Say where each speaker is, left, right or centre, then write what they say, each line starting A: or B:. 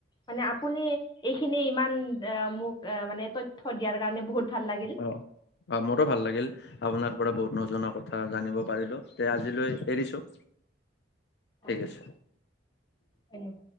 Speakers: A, on the left; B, on the left.
A: মানে আপুনি এইখিনি ইমান আ মোক মানে তথ্য দিয়াৰ কাৰণে বহুত ভাল লাগিল।
B: অ', অ', মোৰো ভাল লাগিল। আপোনাৰ পৰা বহুত নজনা কথা জানিব পাৰিলো আজিলৈ এৰিছো। ঠিক
A: অ
B: আছে
A: উম